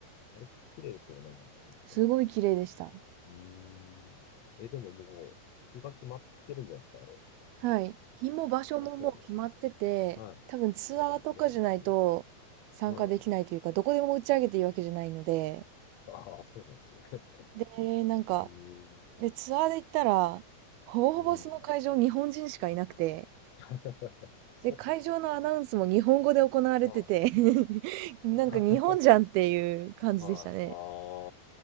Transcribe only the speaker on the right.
すごい綺麗でした。
はい。日も場所ももう決まってて、
多分ツアーとかじゃないと参加できないというか、
どこでも打ち上げていいわけじゃないので、
で、なんか、
で、ツアーで行ったら、ほぼほぼその会場日本人しかいなくて、
で、会場のアナウンスも日本語で行われてて
<laughs> なんか日本じゃんっていう感じでしたね。